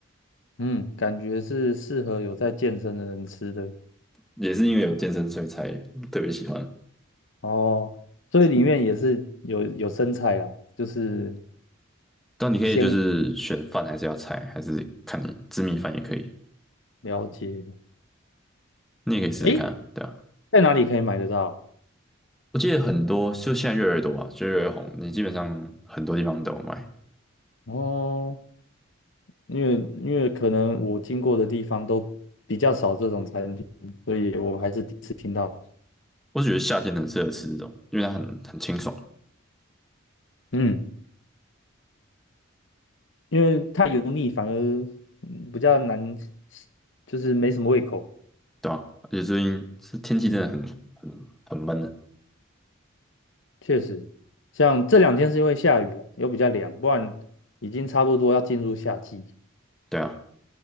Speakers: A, on the left; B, in the centre.
A: 嗯，感觉是适合有在健身的人吃的
B: 也是因为有健身所以才特别喜欢啊。
A: 哦，所以里面也是有有生菜啦，就是
B: 但你可以就是选饭还是要菜，
A: 先
B: 还是看你吃米饭也可以，
A: 了解。
B: 你也可以试试看啊对啊。
A: 诶，在哪里可以买得到？
B: 我记得很多，就现在越来越多吧，就越来越红，你基本上很多地方都有卖。
A: 哦，因为因为可能我经过的地方都比较少这种餐厅，所以我还是第一次听到。
B: 我只觉得夏天很适合吃这种，因为它很很清爽，
A: 嗯，因为太油腻反而嗯比较难，就是没什么胃口。
B: 对吧、而且最近是天气真的很很很闷的，
A: 确实，像这两天是因为下雨了，又比较凉，不然已经差不多要进入夏季。
B: 对啊。